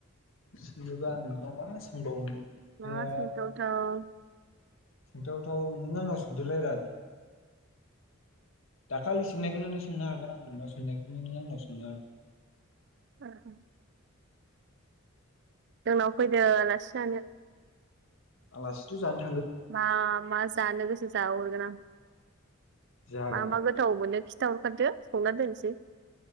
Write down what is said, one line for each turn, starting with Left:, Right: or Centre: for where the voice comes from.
Left: सोंङोबा आं नोंनाव मा सोंबावनो। खोथाया
Right: मा सोंथावथाव
Left: सोंथावथाव नों आंनाव सोंदोलाय रा दे। दाखालि सोंनायखौनो नों सोंनो हागोन आं नोंनाव सोंनायखौनो नों आंनाव सोंनो हागोन।
Right: आ हा। जोंनाव फैदो आलासि जानो।
Left: आलासि थ' जानो‌
Right: मा मा जानो गोसो जाहोहरगोन आं
Left: जागोन
Right: मा मा गोथाव मोनो‌ खिथा हरखादो संना दोनसै।